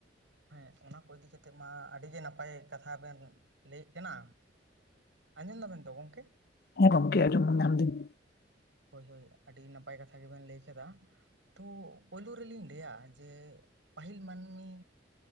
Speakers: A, on the right; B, on the left.
A: ᱦᱮᱸ ᱚᱱᱟ ᱠᱚ ᱤᱫᱤ ᱠᱟᱛᱮᱜ ᱢᱟ ᱟᱹᱰᱤ ᱜᱮ ᱱᱟᱯᱟᱭ ᱠᱟᱛᱷᱟ ᱵᱮᱱ ᱞᱟᱹᱭᱮᱫ ᱠᱟᱱᱟ᱾ ᱟᱸᱡᱚᱢ ᱫᱟᱵᱮᱱ ᱛᱚ ᱜᱚᱢᱠᱮ?
B: ᱦᱮᱸ ᱜᱚᱢᱠᱮ ᱟᱡᱚᱢ ᱧᱟᱢ ᱫᱟᱹᱤᱧ᱾
A: ᱦᱳᱭ ᱦᱳᱭ, ᱟᱹᱰᱤ ᱱᱟᱯᱟᱭ ᱠᱟᱛᱷᱟ ᱜᱮᱵᱮᱱ ᱞᱟᱹᱭ ᱠᱮᱫᱟ᱾ ᱛᱳ ᱯᱳᱭᱞᱳ ᱨᱮᱞᱤᱧ ᱞᱟᱹᱭᱟ ᱡᱮ ᱯᱟᱹᱦᱤᱞ ᱢᱟᱹᱱᱢᱤ